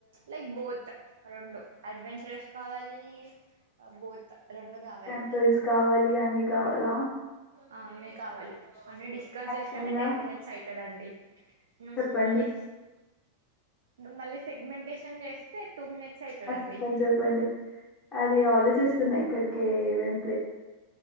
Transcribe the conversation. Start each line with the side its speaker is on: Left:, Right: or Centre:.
Right: లైక్ బోత్ రెండు అడ్వెంచరస్ కావాలి బోత్ రెండు కావాలి
Left: టెంపుల్స్ కావాలి అ అన్ని కావాలా
Right: ఆ అన్ని కావాలి అన్న డిస్కస్
Left: యాక్చువల్
Right: చేస్తానే
Left: గా
Right: టెన్ మినిట్స్ అవుతదిండి నుస్
Left: చెప్పండి
Right: మళ్ళీ నువు మళ్ళీ సెగ్మెంటేషన్ చేస్తే టూ మినిట్స్ అయితదండి
Left: చెప్పండి చెప్పండి అది ఆలోచిస్తున్నాయి ఇక్కడికె వేమ్